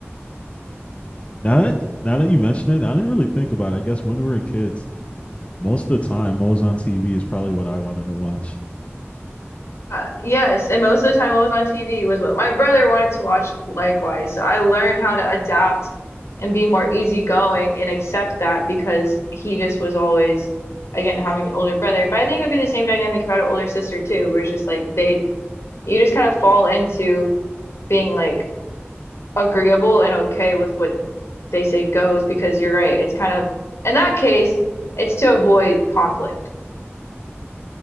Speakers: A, on the left; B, on the left.
A: Now that now that you mention it, I didn't really think about it. I guess when we were kids, most of the time what was on TV is probably what I wanted to watch.
B: Uh, yes, and most of the time what was on TV was what my brother wanted to watch likewise. So I learned how to adapt and be more easygoing and accept that because he just was always, again, having an older brother. But I think it would be the same dynamic if I had an older sister too, where it's just like they, you just kind of fall into being like agreeable and okay with what they say goes because you're right. It's kind of, in that case, it's to avoid conflict.